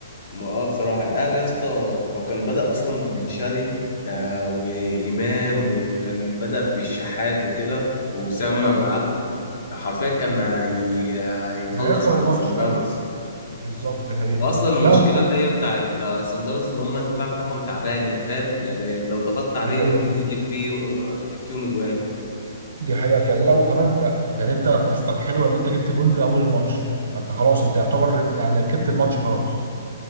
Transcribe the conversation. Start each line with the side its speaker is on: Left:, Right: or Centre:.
Left: ما اه بصراحه الاهلي يا اسطى لو كان بدأ اصلا ببن شرقي آه وامام وكان بدأ بالشحات وكده وسام
Right: ايوه
Left: ابو علي حرفيا كان هي- هيخلص
Right: كان هيركب
Left: على
Right: الماتش
Left: سان داونز
Right: ايوه بالظبط دي حقيقه
Left: واصلا المشكله
Right: لا وكمان
Left: اللي هي بتاعت سان داونز اللي هم الدفاع بتاعهم تعبان يعني فاهم يعني لو ضغطت عليه
Right: دي حقيقه
Left: ممكن يجيب فيه يجيب فيهم اجوان
Right: دي حقيقه فعلا لا وكمان انت يعني انت فرصتك حلوه ان انت جبت جون في اول الماتش فانت خلاص انت يعتبر يعني ركبت الماتش خلاص